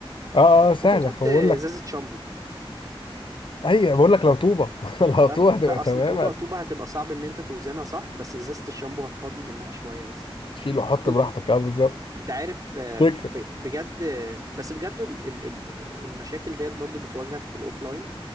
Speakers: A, on the left; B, on the right.
A: اه اه سهله
B: ممكن تحط
A: فبقول
B: ازازه
A: لك
B: شامبو
A: اي بقول لك لو طوبه <laughs> لو
B: أه،
A: طوبه هتبقى
B: بقى
A: تمام
B: اصل طوبة طوبة هتبقى صعب ان انت توزنها صح بس ازازة الشامبو هتفضي منها شوية بس
A: هتشيل وحط
B: <laughs>
A: براحتك اه بالظبط
B: انت عارف آه،
A: فكره
B: ب- بجد آه، بس بجد ال- ال- ال- المشاكل ديت برضو بتواجهك في الاوفلاين